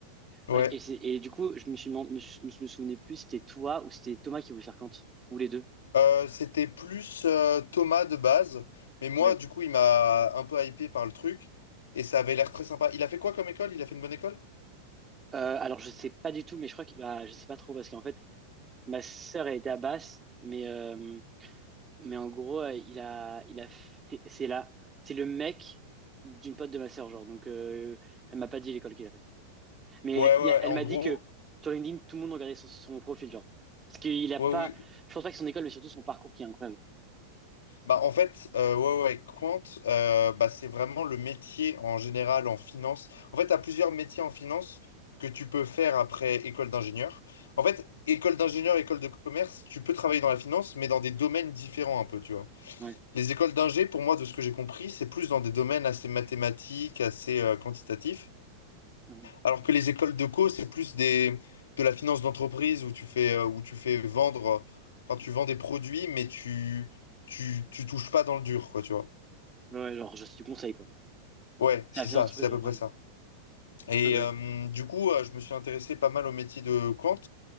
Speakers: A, on the left; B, on the right.
A: Ouais.
B: Bref, et, c'est- et du coup, je me suis demandé, je me je me souvenais plus si c'était toi ou si c'était Thomas qui voulait faire Kant, ou les deux.
A: Euh, c'était plus euh, Thomas de base, mais moi,
B: Ok.
A: du coup, il m'a un peu hypé par le truc et ça avait l'air très sympa. Il a fait quoi comme école? Il a fait une bonne école?
B: Euh, alors, je sais pas du tout, mais je crois que bah, je sais pas trop parce qu'en fait, ma sœur elle était à Basse, mais euh, mais en gros, euh, il a il a fait- c'est là, c'est le mec d'une pote de ma sœur, genre. Donc, euh, elle m'a pas dit l'école qu'il a fait, mais
A: Ouais,
B: euh,
A: ouais, ouais,
B: il y a- elle
A: en
B: m'a
A: gros,
B: dit que sur LinkedIn, tout le monde regardait son, son profil, genre, parce qu'il a
A: ouais,
B: pas,
A: oui.
B: je pense pas que son école, mais surtout son parcours qui est incroyable.
A: Bah, en fait, euh, ouais, ouais, quant, euh, bah, c'est vraiment le métier en général en finance. En fait, tu as plusieurs métiers en finance que tu peux faire après école d'ingénieur. En fait, école d'ingénieur, école de commerce, tu peux travailler dans la finance, mais dans des domaines différents un peu, tu vois.
B: Ouais,
A: Les écoles d'ingé, pour moi, de ce que j'ai compris, c'est plus dans des domaines assez mathématiques, assez euh, quantitatifs.
B: ouais,
A: Alors que les écoles de co, c'est plus des, de la finance d'entreprise où tu fais, euh, où tu fais vendre, euh, enfin, tu vends des produits, mais tu, tu, tu touches pas dans le dur, quoi, tu vois.
B: Ouais, genre, je suis du conseil, quoi.
A: Ouais,
B: C'est
A: c'est
B: la fière
A: ça,
B: entreprise,
A: c'est à
B: ouais,
A: peu près
B: ouais.
A: ça. Et
B: Ah bah oui.
A: euh, du coup, euh, je me suis intéressé pas mal au métier de Quant.